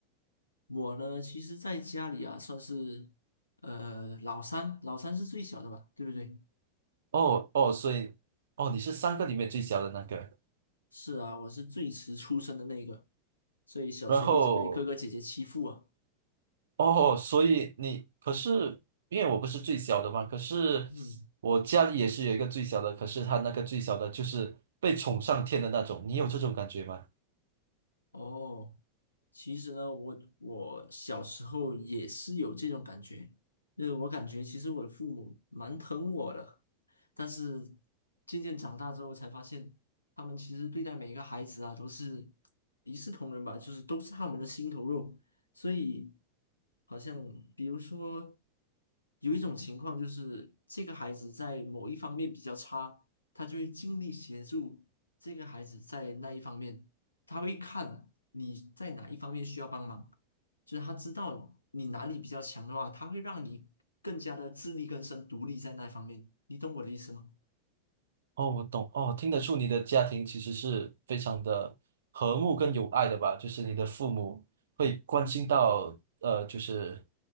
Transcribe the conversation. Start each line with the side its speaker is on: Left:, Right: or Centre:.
Left: 我呢，其实在家里啊，算是呃老三，老三是最小的吧，对不对？
Right: 哦哦，所以哦，你是三个里面最小的那个。
Left: 是啊，我是最迟出生的那个，所以小时候一直被哥哥姐姐欺负啊。
Right: 然后哦，所以你可是因为我不是最小的嘛，可是
Left: 嗯。
Right: 我家里也是有一个最小的，可是他那个最小的就是被宠上天的那种，你有这种感觉吗？
Left: 哦，其实呢，我我小时候也是有这种感觉，就是我感觉其实我的父母蛮疼我的，但是渐渐长大之后才发现，他们其实对待每一个孩子啊都是一视同仁吧，就是都是他们的心头肉，所以好像比如说有一种情况就是这个孩子在某一方面比较差，他就会尽力协助这个孩子在那一方面。他会看你在哪一方面需要帮忙，就是他知道你哪里比较强的话，他会让你更加的自力更生、独立在那方面。你懂我的意思吗？
Right: 哦，我懂哦，听得出你的家庭其实是非常的和睦跟友爱的吧？就是你的父母会关心到呃，就是